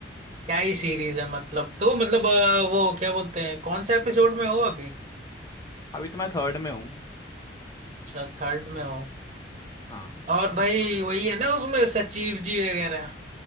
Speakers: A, on the right (about 35°); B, on the left (about 20°).
A: क्या ही सीरीज है मतलब तो मतलब अ, वो क्या बोलते हैं कौन से एपिसोड में हो अभी
B: अभी तो मैं थर्ड में हूँ
A: अच्छा थर्ड में हो
B: हाँ
A: और भाई वही है ना उसमें सचिव जी वगैरह